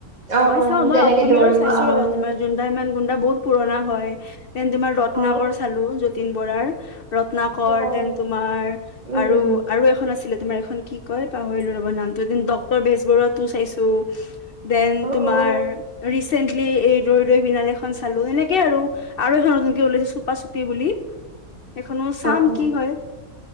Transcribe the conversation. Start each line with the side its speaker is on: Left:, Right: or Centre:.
Right: অ
Left: মই চাওঁ, মই
Right: যেনেকে
Left: অসমীয়াৰো
Right: দৰিমন
Left: চাইছোঁ ৰ'বা তোমাৰ জোনন্দা ইমান গুণ্ডা বহুত পুৰণা হয়। <inaudible> ডেন, তোমাৰ ৰত্নাকৰ
Right: অ
Left: চালো। যতীন বৰাৰ ৰত্নাকৰ,
Right: অ অ
Left: ডেন তোমাৰ
Right: উম
Left: আৰু, আৰু এখন আছিলে তোমাৰ এইখ খন কি কয়! পাহৰিলো ৰবা নামটো এদিন, ডক্টৰ বেজবৰুৱা তো চাইছোঁ। ডেন
Right: অ
Left: তোমাৰ,
Right: অ
Left: ৰিচেণ্ট লি এই ৰৈ, ৰৈ বিনালেখন চালোঁ। এনেকে আৰু। আৰু এখন নতুনকে ওলাইছে চুপা চুপি বুলি! এইখনো চাম
Right: অ অ
Left: কি হয়!